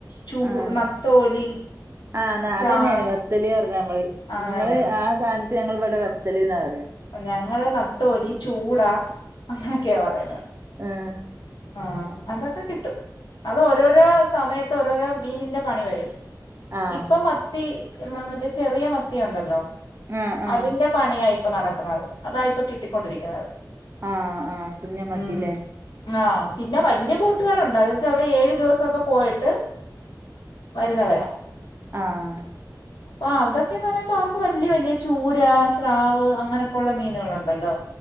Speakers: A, on the left; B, on the right.
A: ചൂ
B: ആഹ്
A: നത്തോലി
B: ആഹ് ഇന്നാ
A: ചാള
B: അതെന്നേണ് വത്തല് പറണ് അമ്മള്
A: ആണല്ലേ
B: ഇങ്ങള് ആ സാൻത്തിന് ഞങ്ങള് ഇവടെ വത്തല്ന്നാ പറയാ
A: ഞങ്ങള് നത്തോലി ചൂടാ അങ്ങനെയെക്കെയാ പറയുന്നത്
B: ഏഹ്
A: ആഹ് അതൊക്കെ കിട്ടും അത് ഓരോരോ സമയത്ത് ഓരോരോ മീനിന്റെ പണി വെരും
B: ആഹ്
A: ഇപ്പൊ മത്തി മ മറ്റേ ചെറിയ മത്തിയുണ്ടല്ലോ
B: ആഹ് ആഹ്
A: അതിന്റെ പണിയാ ഇപ്പൊ നടക്കുന്നത് അതായിപ്പൊ കിട്ടിക്കൊണ്ടിരിക്കുന്നത്
B: ആഹ് ആഹ് കുഞ്ഞം മത്തിലേ
A: ഉം ആഹ് പിന്നെ വല്യ ബോട്ടുകാരുണ്ട് അത് വെച്ചാ അവര് ഏഴ് ദിവസൊക്കെ പോയിട്ട് വരുന്നത് വെരാ
B: ആഹ്
A: <unintelligible> അപ്പൊ അതൊക്കേന്ന് പറയുമ്പൊ ആഹ് അതൊക്കേന്ന് പർഞ്ഞ ഇതാർക്കും വല്യ വല്യ ചൂര സ്രാവ് അങ്ങനെക്കൊള്ള മീന്കള് ഇണ്ടല്ലോ